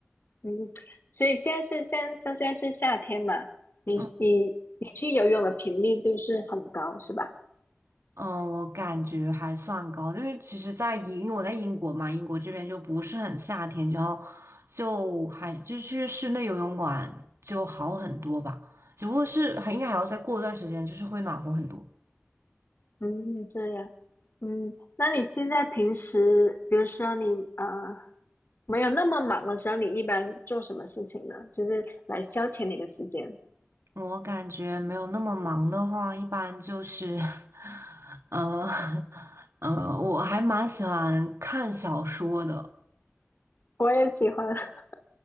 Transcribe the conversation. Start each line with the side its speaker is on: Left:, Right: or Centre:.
Left: 嗯，所以现在是现像现在是夏天嘛？你你你去游泳的频率都是很高，
Right: 嗯
Left: 是吧？
Right: 嗯，呃我感觉还算高，因为其实在英，因为我在英国嘛，英国这边就不是很夏天，然后就还就去室内游泳馆就好很多吧，只不过是还应该还要再过一段时间，就是会暖和很多。
Left: 嗯，这样。嗯，那你现在平时，比如说你啊，没有那么忙的时候，你一般做什么事情呢？就是来消遣你的时间。
Right: 我感觉没有那么忙的话，一般就是，<laughs> 呃，<laughs> 呃，我还蛮喜欢看小说的。
Left: 我也喜欢。<laughs>